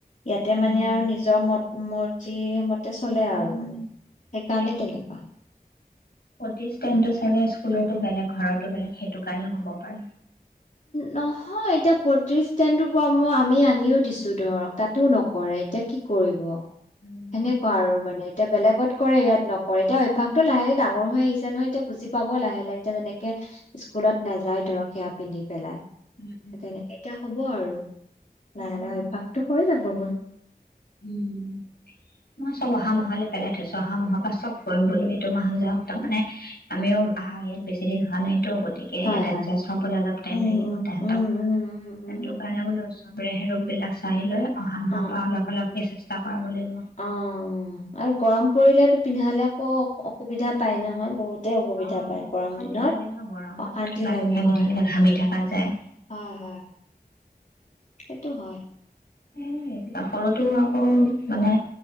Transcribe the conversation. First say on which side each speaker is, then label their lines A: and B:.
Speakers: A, on the left; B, on the left.
A: ইয়াতে
B: উম
A: মানে
B: উম।
A: আৰু নিজৰ মত। মৰজি। সেই মতে চলে
B: উম
A: আৰু মানে। সেইকাৰণে
B: সেইটোৱে
A: তেনেকুৱা।
B: প্ৰতিষ্ঠানটো চাগে স্কুলতো বেলেগ ঘৰতো বেলেগ। সেইটো কাৰণেও হ'ব পাৰে।
A: নহয় এতিয়া প্ৰতিষ্ঠানটোৰ পৰা মই আমি আনিও দিছো ধৰক। তাতো
B: উম,
A: নকৰে এতিয়া কি। কৰিব।
B: উম,
A: সেনেকুৱা আৰু মানে এতিয়া বেলেগত কৰে ইয়াত নকৰে এতিয়া অভ্যাস। টো লাহে ডাঙৰ হৈ আহিছে নহয় এতিয়া বুজি পাব লাহে লাহে। এতিয়া যেনেকে স্কুলত নাযায় ধৰক সেয়া। পিন্ধি পেলাই,
B: উম,
A: তেনেকে এতিয়া হ'ব আৰু।
B: উম।
A: লাহে লাহে অভ্যাসটো হৈ যাবগৈ।
B: উম, মই চব অহা মাহলৈ পেলাই থৈছো। অহা মাহৰ পৰা চব কৰিম বুলি এইটো মাহ যাওঁক। তাৰ মানে আমিও আহা ইয়াত বেছি দিন হোৱা নাই। টো গতিকে
A: হয়
B: ইয়াত এডজাষ্ট
A: হয়
B: হ'বলৈ অলপ টাইম
A: উম
B: লাগিব
A: উম
B: তেহেতক।
A: উম উম উম
B: সেইটো
A: উম
B: কাৰণে বোলো ৰচো বাবেৰেহে ৰূপ বিলাক চাই লয়। অহা মাহৰ
A: অ
B: পৰা অলপ। এই চেষ্টা কৰাব লাগিব।
A: অ' আৰু গৰম পৰিলে পিন্ধালে আকৌ অসুবিধা পাই নহয় বহুত। ত অসুবিধা
B: অ
A: পায় গৰম
B: অশান্তি
A: দিনত।
B: লাগে নহয় গৰমত
A: অশান্তি
B: কিবা এটা
A: লাগে
B: লাগি
A: হয়
B: থাকিলে
A: হয়।
B: ঘামি থকা যায়।
A: হয় হয়। সেইটো হয়।
B: এ সৰুটো আকৌ মানে